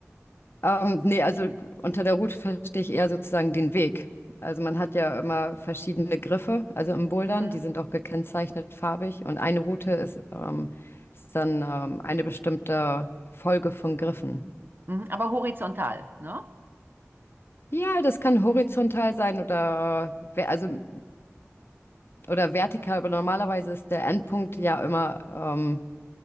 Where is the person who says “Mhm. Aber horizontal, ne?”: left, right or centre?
Right